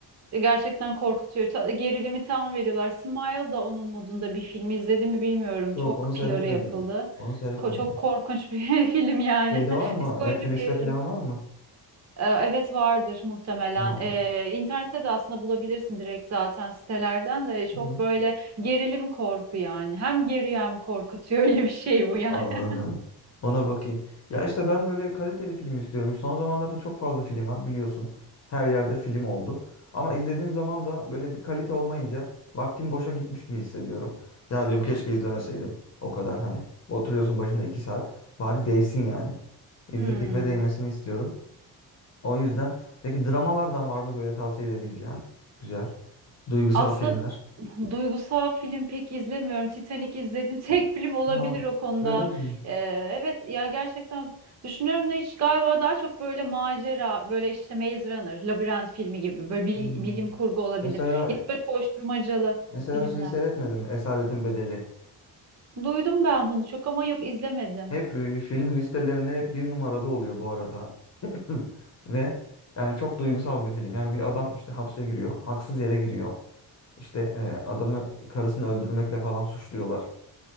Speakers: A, on the right (about 40°); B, on the left (about 40°).
A: E, Gerçekten korkutuyor. Ta- Gerilimi tam veriyorlar. Smile da onun modunda bir film. İzledim mi bilmiyorum.
B: Yok
A: Çok
B: onu seyretmedim.
A: PR'ı yapıldı.
B: Onu seyretmedim.
A: Ko- çok korkunç bir <laughs> film yani.
B: Şeyde var mı?
A: <laughs> Psikolojik
B: Netflix'te
A: gerilim.
B: falan var mı?
A: E, evet vardır muhtemelen.
B: Var.
A: E, internette de aslında bulabilirsin direkt zaten sitelerden de E, çok
B: Hı.
A: böyle gerilim korku yani. Hem geriyor hem korkutuyor. <laughs> Öyle bir şey bu yani.
B: Anladım.
A: <laughs>
B: Ona bakayım. Ya işte ben böyle kaliteli film istiyorum. Son zamanlarda çok fazla film var biliyorsun. Her yerde film oldu. Ama izlediğim zaman da böyle bir kalite olmayınca vaktim boşa gitmiş gibi hissediyorum. Ya diyorum keşke izlemeseydim. O kadar hani oturuyorsun başında iki saat. Bari değsin yani. İzlediğime
A: Hmm.
B: değmesini istiyorum. O yüzden peki dramalardan var mı böyle tavsiye edebileceğin? Güzel. Duygusal
A: Aslında
B: filmler.
A: duygusal film pek izlemiyorum. Titanic izlediğim <laughs> tek film olabilir
B: Ha,
A: o konuda.
B: öyle mi?
A: Ee, evet ya gerçekten düşünüyorum da hiç galiba daha çok böyle macera, böyle işte Maze Runner, Labirent filmi gibi böyle bil-
B: Hmm.
A: bilim kurgu olabilir.
B: Mesela
A: Ya da böyle koşturmacalı
B: mesela
A: filmler.
B: şeyi seyretmedim. Esaretin Bedeli.
A: Duydum ben bunu çok ama yok izlemedim.
B: Hep e, film listelerinde hep bir numarada oluyor bu arada. <clears throat> Ve yani çok duygusal bir film. Yani bir adam işte hapse giriyor. Haksız yere giriyor. İşte e, adamı karısını öldürmekle falan suçluyorlar.